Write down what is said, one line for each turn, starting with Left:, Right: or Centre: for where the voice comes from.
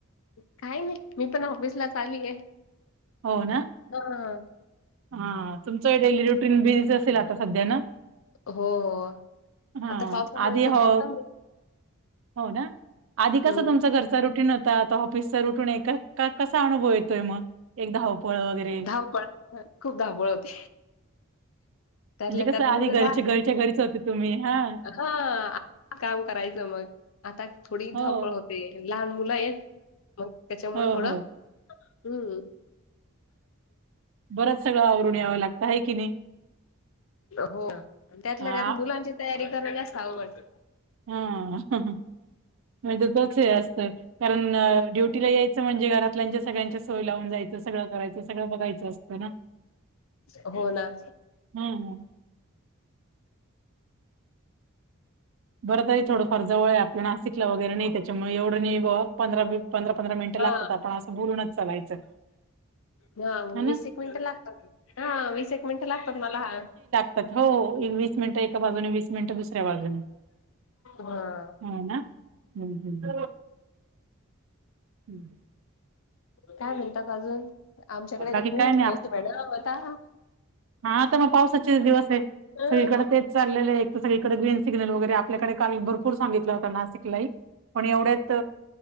Left: काही नाही. मी पण ऑफिस ला चालीय.
Right: हो ना.
Left: हां.
Right: हां. तुमचं डेली रुटीन बिझीच असेल, आता सध्या ना.
Left: हो हो.
Right: हा
Left: आता पावसामुळे
Right: आधी
Left: सध्या
Right: हो
Left: कमी
Right: हो ना. आधी कसं
Left: हम्म
Right: तुमचं घरचं रुटीन होत. आता ऑफिसच रुटून एक का कसा अनुभव येतोय? मग एका धावपळ वगैरे
Left: हऊ पण भर खूप धावपाळ होते. त्यातल्या
Right: म्हणजे, कसं
Left: त्यात
Right: आधी
Left: मुलं
Right: घरच्या घरच्या घरीच होते तुम्ही हां.
Left: हां. आता काम करायचं मग, आता थोडी
Right: हो
Left: धावपळ होते. लहान मुल आहेत. मग, त्याच्यामुळे
Right: हो
Left: थोड,
Right: हो
Left: हं
Right: बरंच सगळं आवरून यावं लागतं आहे, की नी.
Left: हो ना. त्यातल्या
Right: हा
Left: त्यात मुलांची तयारी करणं जास्त अवघड
Right: हां. हं हं. म्हणजेच हे असतं. कारण ड्युटीला यायचं म्हणजे घरातल्यांच्या सगळ्यांच्या सोय लावून जायचं. ते सगळं करायचं सगळं बघयचं असतं ना.
Left: हो ना.
Right: हं हं. बरं तरी थोडंफार जवळ आहे. आपल्या नाशिकला वगैरे नाही. त्याच्यामुळे एवढं नाही बुवा पंधरा पंधरा -पंधरा मिनिटं लागत.
Left: हा
Right: आपण असं बोलूनच चालायचं.
Left: हां
Right: ह
Left: वीस
Right: ना.
Left: एक मिनिटं लागतात. हां वीस एक मिनिटं लागतात मला.
Right: तात. हो वीस मिनटं एका बाजूने, वीस मिनटं दुसऱ्या बाजूने
Left: हां.
Right: हो ना. हम्म, हम्म, हम्म.
Left: काय म्हणतात अजून? आमच्याकडे
Right: बाकी
Left: तर खूप
Right: काय
Left: पाऊस, मॅडम होता.
Right: हां. तर, मग पावसाचेच दिवस आहेत.
Left: ह
Right: सगळीकडे ते चाललेले आहेत. सगळीकडे ग्रीन सिग्नल वगैरे आपल्याकडे काल भरपूर सांगितला होता. नासिकलाही पण एवढे त.